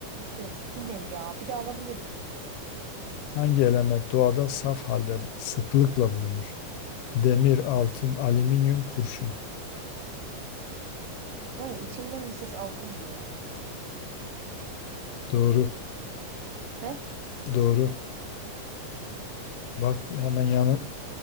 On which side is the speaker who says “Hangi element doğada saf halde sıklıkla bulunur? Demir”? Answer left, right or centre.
Left